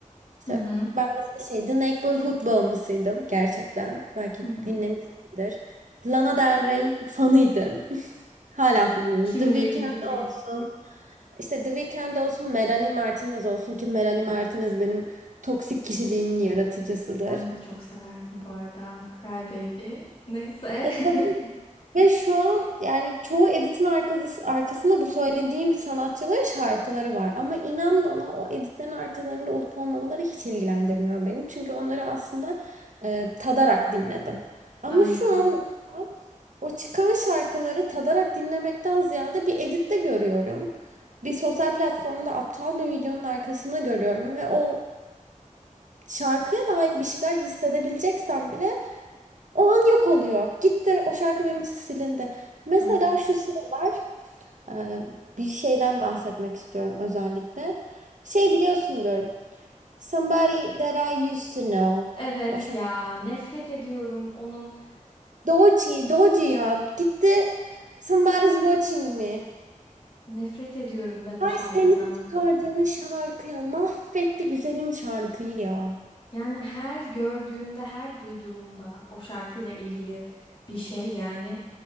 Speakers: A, on the right; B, on the left.
A: İşte
B: Hı hı.
A: ben mesela şey The Neighborhood bağımlısıydım gerçekten. Belki
B: Hı hı.
A: dinlemişsindir. Lana Del Rey fanıydım. Hala fanıyım.
B: Kim
A: The Weeknd
B: değildi ki?
A: olsun. İşte The Weeknd olsun, Melanie Martinez olsun ki Melanie Martinez benim toksik kişiliğimin yaratıcısıdır.
B: Ben de çok severdim bu arada. Cry Baby. Neyse.
A: E, tabii.
B: <laughs>
A: Ve şu an yani çoğu editin arkası, arkasında bu söylediğim sanatçıların şarkıları var. Ama inan bana o editlerin arkalarında olup olmamaları hiç ilgilendirmiyor beni. Çünkü onları aslında e, tadarak dinledim. Ama
B: Aynen.
A: şu an O çıkan şarkıları tadarak dinlemekten ziyade bir editte görüyorum. Bir sosyal platformda aptal bir videonun arkasında görüyorum ve o şarkıya dair bir şeyler hissedebileceksem bile o an yok oluyor. Gitti o şarkı benim için silindi. Mesela
B: Evet.
A: şu sıralar e, bir şeyden bahsetmek istiyorum özellikle. Şey biliyorsundur. Somebody that I used to know.
B: Evet
A: O şarkı.
B: ya. Nefret ediyorum onun.
A: Doji, doji ya. Gitti. Somebody's watching me.
B: Nefret ediyorum ben o
A: Ay
B: şarkıdan.
A: senin çıkardığın şarkı ya mahvetti güzelim şarkıyı ya.
B: Yani her gördüğümde, her duyduğumda o şarkıyla ilgili bir şey yani